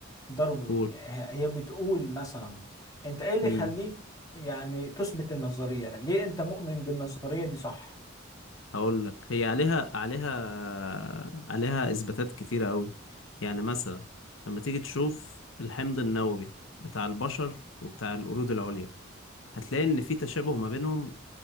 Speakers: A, on the left; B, on the left.
A: داروين
B: قول
A: هي هي بتقول مثلا انت ايه اللي
B: امم
A: يخليك يعني تثبت النظرية ليه انت مؤمن بالنظرية دي صح
B: هقول لك هي عليها عليها عليها اثباتات كتيرة قوي يعني مثلا لما تيجي تشوف الحمض النووي بتاع البشر وبتاع القرود العليا هتلاقي ان في تشابه ما بينهم